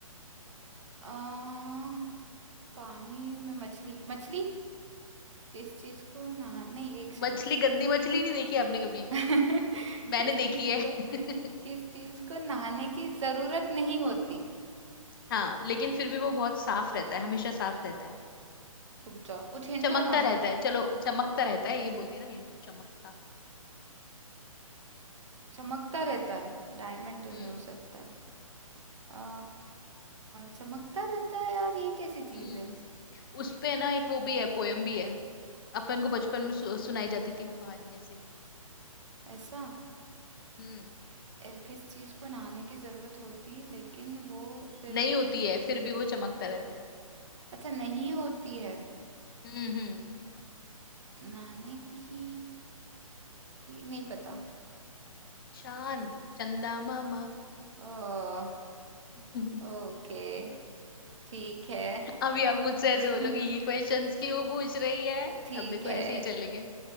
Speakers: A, on the right; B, on the left.
A: अ, पानी में मछली मछली किस चीज को नहा नहीं एक सेकेंड
B: मछली गंदी मछली नहीं देखी आपने कभी
A: <laughs> किस
B: मैंने देखी
A: चीज
B: है <laughs>
A: को किस चीज को नहाने की जरूरत नहीं होती
B: हाँ लेकिन फिर भी वो बहुत साफ रहता है हमेशा साफ रहता है
A: रुक जाओ कुछ हिंट
B: चमकता
A: दो ना
B: रहता है चलो चमकता रहता है ये बोल दिया ना हिंट चमकता
A: चमकता रहता है डायमंड तो
B: हम्म
A: नहीं हो सकता है आ, चमकता रहता है यार ये कैसी चीज
B: हम्म
A: है
B: उस पे ना एक वो भी है पोयम भी है अपन को बचपन में सु, सुनाई जाती थी वो कहानी ऐसे
A: ऐसा
B: हम्म
A: ए, किस चीज को नहाने की जरूरत होती लेकिन वो फिर
B: नहीं
A: भी
B: होती है फिर भी वो चमकता रहता है
A: अच्छा नहीं होती है
B: हम्म हम्म
A: नहाने की नहीं पता
B: चांद चंदा मामा
A: ओ,
B: <laughs>
A: ओके ठीक है
B: अभी आप मुझसे
A: <laughs>
B: ऐसे बोलोगे ये क्वेश्चंस क्यों पूछ रही है
A: ठीक
B: अब देखो
A: है
B: ऐसे ही चलेंगे